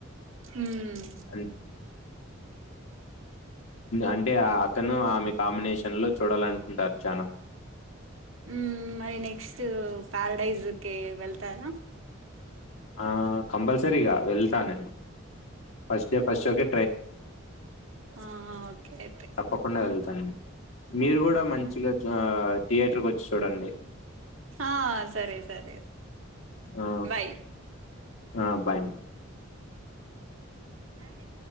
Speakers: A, on the right; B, on the left.
A: మ్
B: అన్ అంటే అతను ఆమె కాంబినేషన్ లో చూడాలనుకుంటారు చానా
A: మ్ మరి నెక్స్ట్ ప్యారడైజ్ కి వెళ్తారా
B: ఆ కంపల్స్ రిగా వెళ్తా నేను ఫస్టుడే ఫస్ట్ షో కి
A: ఆ ఓకేయితే
B: తప్పకుండా వెళ్తాను. మీరు కూడా మంచిగా థియేటర్కి వచ్చి చూడండి.
A: ఆ సరే సరే
B: ఆ,
A: బాయ్
B: ఆ బయన్
A: స్నాది